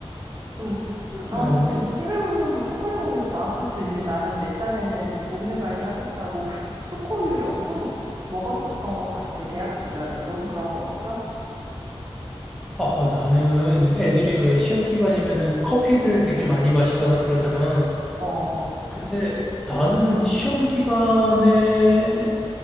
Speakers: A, on the right; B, in the centre.
A: 좀, 그, 아,
B: 어.
A: 근데 생각해보면 뭐 초콜릿 먹는 게 더 나았을 수도 있는데 나름 내 딴에는 몸매 관리하겠다고 <laughs> 초코우유를 엄청 먹- 먹었었던 것 같아. 대학 시절엔. 넌 그런 거 없어?
B: 아, 나는 애들이 왜 시험 기간이면은 커피들 되게 많이 마시거나 그러잖아.
A: 어어어.
B: 근데 나는 시험 기간에